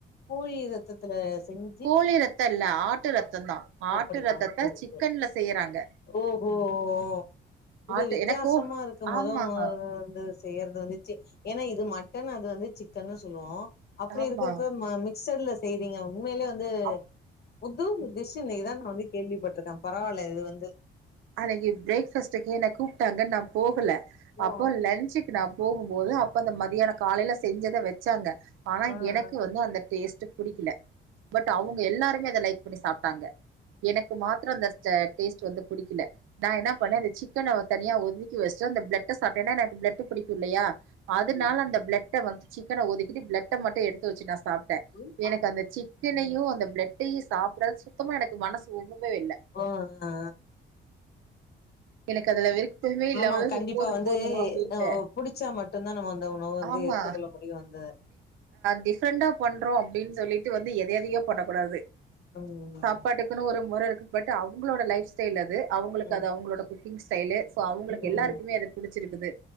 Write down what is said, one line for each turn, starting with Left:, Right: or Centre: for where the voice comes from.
Left: கோழி ரத்தத்துல செஞ்
Right: கோழி ரத்த இல்ல ஆட்டு ரத்தந்தா ஆட்டு
Left: அப்படியா
Right: ரத்தத்த
Left: சேரி
Right: சிக்கன்ல
Left: சேரி
Right: செய்யறாங்க
Left: ஓஹோ ஓ இது
Right: ஆட்டு
Left: வித்யாசமா
Right: எனக்கு
Left: இருக்கு
Right: ஆமாங்க
Left: மொத மொ வந்து செய்யறது வந்துச்சு ஏன்னா இது மட்டன் அது வந்து சிக்கன்னு சொல்லுவோ அப்டி
Right: ஆமா
Left: இருக்கிறப்ப ம மிக்சர்ல செய்றீங்க உண்மைலயே வந்து
Right: அப்
Left: புது டிஷ் இன்னிக்கு தா நா வந்து கேள்விப்பட்டிருக்கே பரவால்ல இது வந்து
Right: அனைக்கி பிரேக் பாஸ்ட்டுக்கு என்ன கூப்ட்டாங்க நா போகல அப்போ
Left: ஓ
Right: லன்ச்சுகு நா போகும்போது அப்ப அந்த மதியான காலையல செஞ்சத வெச்சாங்க ஆனா
Left: ஆ
Right: எனக்கு
Left: ஆ
Right: வந்து அந்த டேஸ்ட் புடிக்கல பட் அவங்க எல்லாருமே அத லைக் பண்ணி சாப்ட்டாங்க எனக்கு மாத்ரோ அந்த <unintelligible> டேஸ்ட் வந்து புடிக்கல நா என்ன பண்ண அந்த சிக்கன தனியா ஒதுக்கி வஸ்டு அந்த பிலட்ட சாப்ட் ஏன எனக்கு பிளட் பிடிக்குல்லையா அதனால
Left: ஆமா
Right: அந்த பிளட் வந்து சிக்கன ஒதிக்கிட்டு பிளட்ட மட்டு எடுத்து வச்சு நா சாப் ட
Left: புளிப்பா
Right: எனக்கு அந்த சிக்கனையு அந்த பிளட்டையு சாப்பட சுத்தமா எனக்கு மனசு ஒவ்வவே இல்ல
Left: போ னா
Right: எனக்கு அதுல விருப்பமே இல்லாமதா
Left: ஆமா கண்டிப்பா
Right: போது
Left: வந்து
Right: போது அப்டின்ட்டு
Left: அ புடிச்சா மட்டு தா நம்ம அந்த உணவ வந்து
Right: ஆமா
Left: எத்துகொள்ள முடியு <unintelligible> வந்து
Right: டிஃப்ரெண்டா பண்றோ அப்டின் சொல்லிட்டு வந்து எத எதயோ பண்ணக்கூடாது
Left: ம்
Right: சாப்பாட்டுக்குன்னு ஒரு மொறை இருக்கு பட் அவங்களோட லைஃப் ஸ்டைல் அது அவங்ளுக்கு
Left: ம்
Right: அது அவங்களோட குக் கிங் ஸ்டைலு சோ அவங்களுக்கு
Left: ம்
Right: எல்லாருக்குமே அது பிடிச்சிருக்குது